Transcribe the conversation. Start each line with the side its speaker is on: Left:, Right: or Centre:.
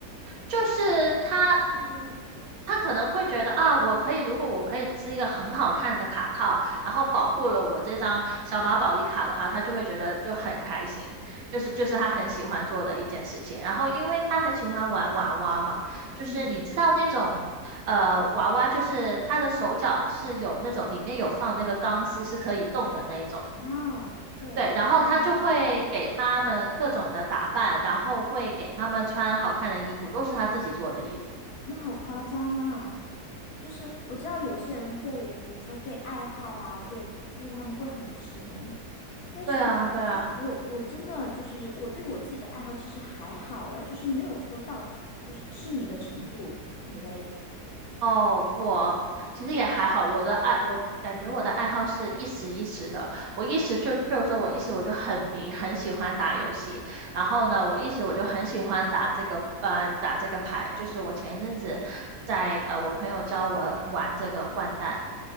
Right: 就是他，嗯，他可能会觉得啊，我可以，如果我可以织一个很好看的卡套，然后保护了我这张小马宝莉卡的话，他就会觉得就很开心，就是就是他很喜欢做的一件事情。然后因为他很喜欢玩娃娃嘛，就是你知道那种呃娃娃，
Left: 嗯，
Right: 就是他的手脚是有那种里面有放那个钢丝是可以动的那一种。
Left: 哦，对，
Right: 对，
Left: 我知道那种，
Right: 然后他就会给他们各种的打扮，然后会给他们穿好看的衣服，都是他自己做的衣服。
Left: 那好夸张啊！就是我知道有些人对，比如说对爱好啊，对，就是他们会很痴迷。但是就是我，
Right: 对啊，对啊。
Left: 我真的就是我对我自己的爱好其实还好哎，就是没有说到就是痴迷的程度。你嘞？
Right: 哦，我其实也还好，我的爱，我感觉我的爱好是一时一时的。我一时就，譬如说，我一时我就很迷，很喜欢打游戏。然后呢，我一时我就很喜欢打这个，呃，打这个牌。就是我前一阵子在，呃，我朋友教我玩这个掼蛋，